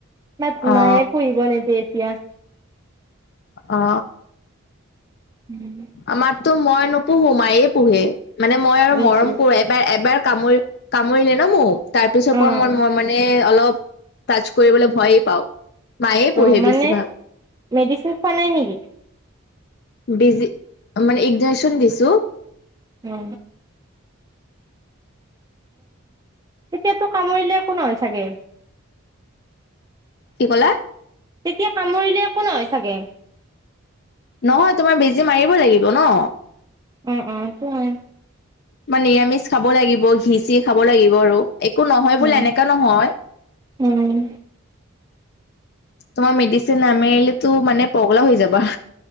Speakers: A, on the right (about 20°); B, on the left (about 45°).
A: বাট
B: অ
A: মায়ে পুহিব নিদিয়ে। এতিয়া
B: অ
A: ওম
B: আমাৰতো মই নুপুহো মায়েই পুহে মানে মই আৰু
A: নেকি
B: মৰম কৰোৱাই। এবাৰ এবাৰ কামুৰি কামুৰিলে ন মোক তাৰপিছৰ
A: অ',
B: পৰা মই মই মানে অলপ- টাচ কৰিবলৈ ভয়েই পাওঁ। মায়ে পোহে
A: অঁ মানে
B: বেছিভাগ
A: মেডিচিন খোৱা নাই নেকি?
B: ডজি মানে একগজেশ্যন দিছোঁ।
A: অ তেতিয়াতো কামুৰিলে একোন নহয় চাগে।
B: কি ক'লা?
A: তেতিয়া কামুৰিলে একো নহয় চাগে।
B: নহয় তোমাৰ বেজি মাৰিব লাগিব ন।
A: অ অ আ
B: মই নিৰামিষ খাব লাগিব ঘিচি খাব লাগিব আৰু একো নহয়
A: উম,
B: বোলে এনেকা নহয়
A: উম।
B: তোমাৰ মেডিচিন নামাৰিলো মানে পগলা হৈ যাবা।